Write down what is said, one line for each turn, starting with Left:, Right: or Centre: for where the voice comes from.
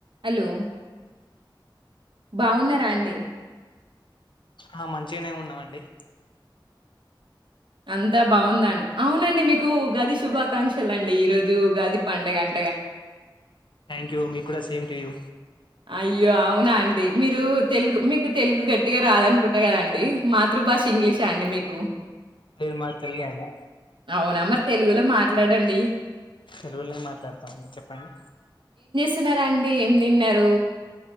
Right: హలో బావున్నారా అండి
Left: ఆ మంచిగానే ఉన్నామండి
Right: అంతా బాగుందండి, అవునండి మీకు ఉగాది శుభాకాంక్షలండి, ఈరోజు ఉగాది పండుగ అం
Left: థ్యాంక్ యూ మి కూడా సేమ్ టు యూ
Right: అయ్యో అవునా అండి మీరు తెలుగు మీకు తెలుగు గట్టిగా రాదనుకుంటా కదండి మాతృభాష ఇంగ్లీష్షా అండి మీకు ఓ
Left: లేదు మాది తెలుగే అండి
Right: అవునా? మరి తెలుగులో మాట్లాడండి
Left: తెలుగులోనే మాట్లాడతామండి చెప్పండి
Right: చేస్తున్నారాండి ఏం తిన్నారు